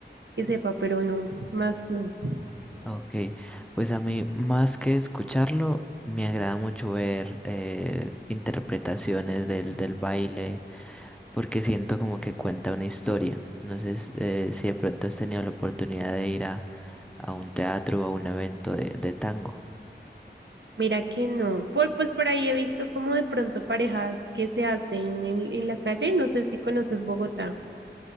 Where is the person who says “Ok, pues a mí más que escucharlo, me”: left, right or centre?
Centre